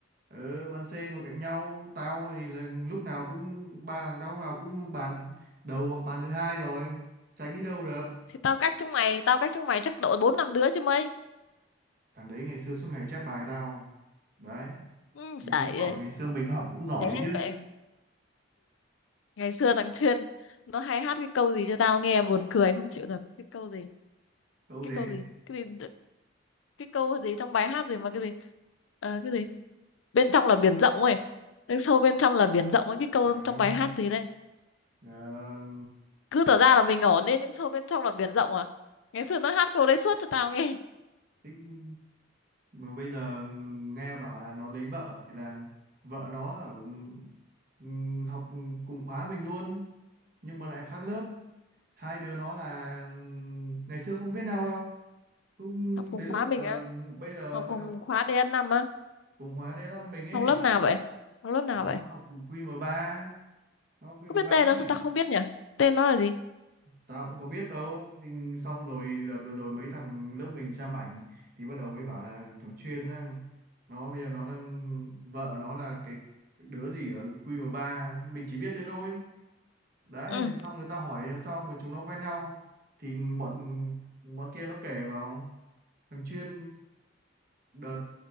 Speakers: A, on the right; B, on the left.
A: ở ban C ngồi cạnh nhau tao thì là lúc nào cũng ba thằng tao lúc nào cũng bàn đầu hoặc bàn thứ hai rồi tránh đi đâu được
B: thì tao cách chúng mày tao cách chúng mày chắc độ bốn năm đứa chứ mấy
A: thằng đấy ngày xưa suốt ngày chép bài tao đấy
B: ừ,
A: thì
B: giải
A: chứng tỏ
B: ơi.
A: ngày xưa mình học cũng giỏi
B: thế
A: chứ
B: ngày xưa thằng Chuyên nó hay hát cái câu gì cho tao nghe buồn cười không chịu được cái câu gì
A: đâu
B: cái
A: gì
B: câu gì cái gì cái câu gì trong bài hát gì mà cái gì Ờ, cái gì bên trong là biển rộng ấy nhưng sâu bên trong là biển rộng ấy cái câu
A: à
B: trong bài hát gì đây
A: ờ,
B: cứ tỏ ra là mình ổn ấy nhưng sâu bên trong là biển rộng à ngày xưa nó hát câu đấy suốt cho tao nghe
A: tích- mà bây giờ nghe bảo là nó lấy vợ thì là vợ nó ở ừ, học cùng khóa mình luôn nhưng mà lại khác lớp hai đứa nó là ừ, ngày xưa không biết nhau đâu cũng
B: học cùng
A: đến
B: khóa
A: lúc
B: mình
A: là
B: á
A: bây giờ
B: học
A: bắt
B: cùng
A: đầu nó
B: khóa dn năm á
A: cùng khóa đến là mình ấy
B: học lớp nào vậy học lớp nào
A: nó
B: vậy
A: học qm ba nó học qm
B: có biết
A: ba
B: tên nó
A: đấy
B: sao tao không biết nhỉ tên nó là gì
A: tao cũng có biết đâu nhưng xong rồi đợt vừa rồi mấy thằng lớp mình xem ảnh thì bắt đầu mới bảo là thằng Chuyên á, nó bây giờ nó đang vợ nó là cái đứa gì ở QM3 mình chỉ biết thế thôi đấy
B: ừ
A: xong người ta hỏi là sao mà chúng nó quen nhau thì bọn bọn kia nó kể vào thằng Chuyên đợt